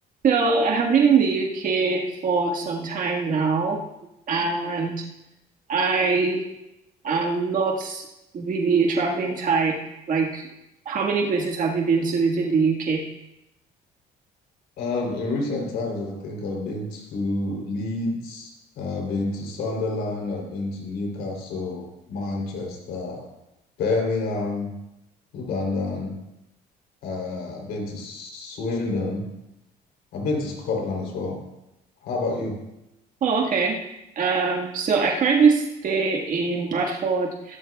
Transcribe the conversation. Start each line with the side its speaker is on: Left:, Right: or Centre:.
Right: So I have been in the UK for some time now, and I am not really a traveling type. Like, how many places have you been to within the UK?
Left: Um, in recent times, I think I've been to Leeds, I've been to Sunderland, I've been to Newcastle, Manchester, Birmingham, London. Uh, I've been to Swindon. I've been to Scotland as well. How about you?
Right: Oh, okay. Um, so I currently stay in Bradford.